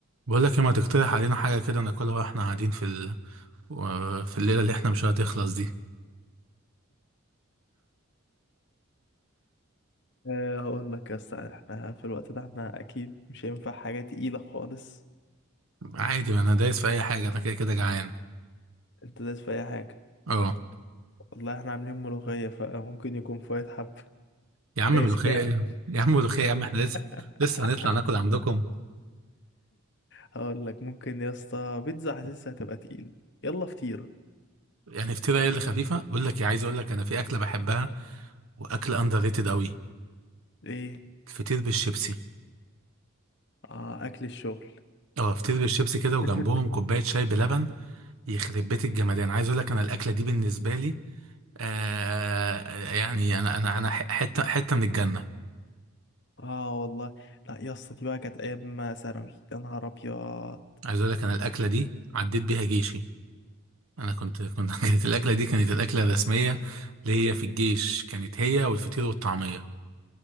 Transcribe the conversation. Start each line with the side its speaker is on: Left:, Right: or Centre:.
Right: بقول لك إيه، ما تقترح علينا حاجة كده ناكلها واحنا قاعدين في ال... و- في الليلة اللي احنا مش هتخلص دي
Left: أه هقول لك يا اسطى احنا في الوقت ده احنا اكيد مش هينفع حاجه تقيله خالص
Right: عادي ما انا دايس في اي حاجة انا كده كده جعان
Left: انت دايس في اي حاجه
Right: اه
Left: والله احنا عاملين ملوخيه فممكن يكون فايت حب
Right: يا عم
Left: دايس
Right: ملوخية
Left: فيها
Right: ايه يا عم ملوخية يا عم احنا لسه
Left: <laughs>
Right: لسه هنطلع ناكل عندكم
Left: هقول لك ممكن يا اسطى بيتزا حاسسها هتبقى تقيل يلا فطير
Right: يعني فطيرة هي اللي خفيفة بقول لك إيه، عايز اقول لك انا في اكلة بحبها واكل اندر ريتد قوي
Left: ايه
Right: الفطير بالشيبسي
Left: اه اكل الشغل
Right: اه فطير بالشيبسي كده وجنبهم
Left: <laughs>
Right: كوباية شاي بلبن يخرب بيت الجمدان عايز اقول لك انا الاكلة دي بالنسبة لي آه يعني انا انا انا ح- حتة حتة من الجنة
Left: اه والله لا يا اسطى دي بقى كانت ايام ثانوي يا نهار ابيض
Right: عايز اقول لك انا الاكله دي عديت بيها جيشي انا كنت كنت <laughs> كانت الاكله دي كانت الاكله الرسميه اللي هي في الجيش كانت هي والفطير والطعميه